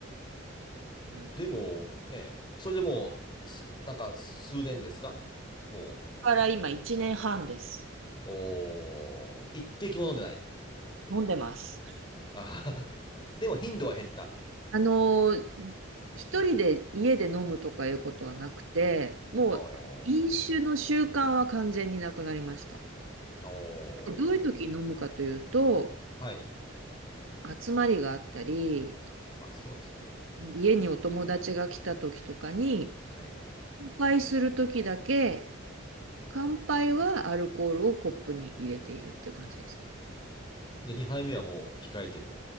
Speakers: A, on the right; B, on the left.
A: うん。
B: でも、
A: だ
B: ね、それでもう、すなんか数年ですかもう、
A: から今1年半です。
B: おー、一滴も飲んでない。
A: 飲んでます。
B: あははでも頻度は減った。
A: あのー一人で家で飲むとかいうことはなくて、もう飲酒の習慣は完全になくなりました。
B: おー、お
A: でどういう時に飲むかというと、
B: ー。はい。
A: 集まりがあったり、
B: まあそうですよね。
A: 家にお友達が来た時とかに、
B: はいはいはい。
A: 乾杯するときだけ、乾杯はアルコールをコップに入れているっていう感じですね。
B: で、2杯目はもう控えてる。